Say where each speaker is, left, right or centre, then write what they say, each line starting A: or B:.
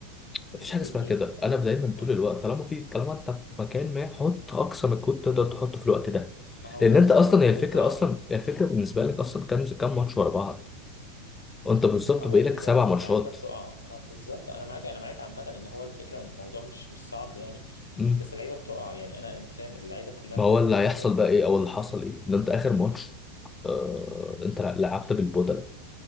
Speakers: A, on the left (about 70°); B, on the left (about 15°).
A: ليه
B: مفيش حاجه اسمها كده
A: ال- ال-
B: انا دايما
A: ما,
B: طول الوقت طالما في طالما انت في مكان ما حط اقصى مجهود تقدر تحطه في الوقت ده
A: ما هو
B: لان
A: بقى
B: انت
A: الفكرة
B: اصلا
A: ان اللعيبة
B: هي الفكره
A: بتقع
B: اصلا هي الفكره بالنسبه لك اصلا كام كام ماتش ورا بعض وانت
A: مهم.
B: بالظبط
A: هو
B: بقالك
A: الفكرة
B: سبع
A: ان
B: ماتشات
A: اللعيبة بتقع آه، بالظبط انا معاك انا معاك عامة ان هو الفكرة الموضوع مش مش صعب يعني
B: مم.
A: بس اللعيبة بتقع يعني انا انت فاهم اللعيبة كلها
B: ما
A: ابتدت
B: هو اللي
A: تجهد
B: هيحصل بقى ايه او اللي حصل ايه ان انت اخر ماتش آه انت لعبت بالبودلة